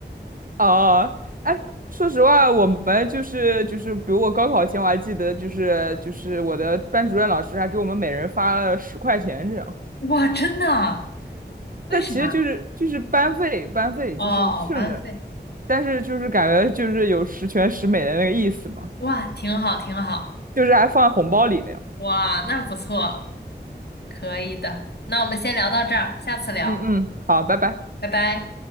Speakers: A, on the right; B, on the left.
A: 哦，哎，说实话，我们就是就是，比如我高考前我还记得，就是就是我的班主任老师还给我们每人发了十块钱这样，
B: 哇，真的啊？为啥？
A: 但其实就是就是班费班费就是剩的，
B: 哦哦，班费，
A: 但是就是感觉就是有十全十美的那个意思嘛，
B: 哇，挺好挺好，
A: 就是还放在红包里那样。
B: 哇，那不错，可以的。那我们先聊到这儿，下次聊，
A: 嗯嗯，好，拜拜。
B: 拜拜。